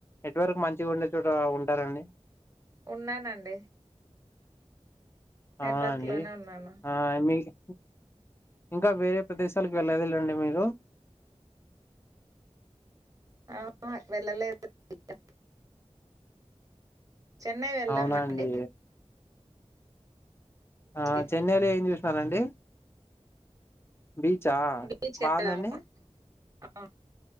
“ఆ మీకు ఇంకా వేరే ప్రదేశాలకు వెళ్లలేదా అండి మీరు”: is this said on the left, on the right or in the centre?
Left